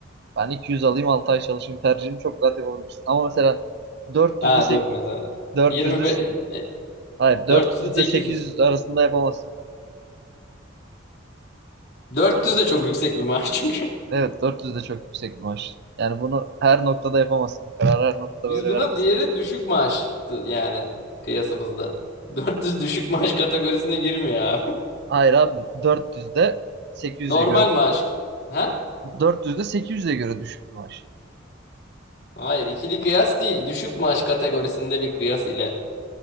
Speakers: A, on the right; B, on the left.
A: Ben 200 alayım 6 ay çalışayım tercihini çok rahat yapabilirsin. Ama mesela dört
B: Ha
A: yüzde sek-
B: dur mesela.
A: dört
B: 25
A: yüzde
B: e,
A: hayır dört
B: 400
A: yüzde
B: ile 800.
A: sekiz arasında yapamazsın bunu.
B: 400 de çok yüksek bir maaş çünkü. <laughs>
A: Evet dört yüzde çok yüksek bir maaş. Yani bunu her noktada yapamazsın. Bu kararı her noktada
B: Biz
A: böyle
B: buna
A: veremezsin.
B: diğeri düşük maaştı yani kıyasımızda. 400 düşük maaş kategorisine girmiyor abi. <laughs>
A: Hayır abi 400'de 800'e
B: Normal
A: göre
B: maaş. Ha?
A: 400'de 800'e göre düşük bir maaş.
B: Hayır, ikili kıyas değil. Düşük maaş kategorisinde bir kıyas ile